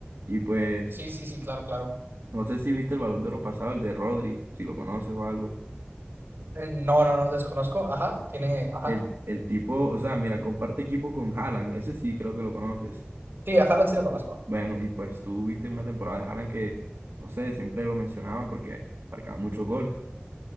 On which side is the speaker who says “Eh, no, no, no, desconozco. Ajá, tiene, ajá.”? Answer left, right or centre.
Right